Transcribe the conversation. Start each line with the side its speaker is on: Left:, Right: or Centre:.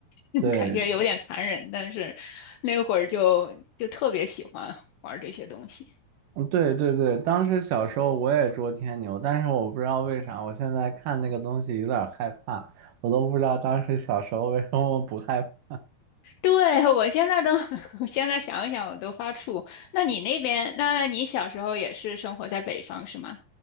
Left: <laughs>
Right: 对，
Left: 感觉有点残忍，但是那会儿就就特别喜欢玩这些东西。
Right: 嗯对对对，当时小时候我也捉天牛，但是我不知道为啥，我现在看那个东西有点害怕，我都不知道当时小时候为什么不害怕。
Left: 对，我现在都，<laughs> 我现在想一想我都发怵。那你那边，那你小时候也是生活在北方是吗？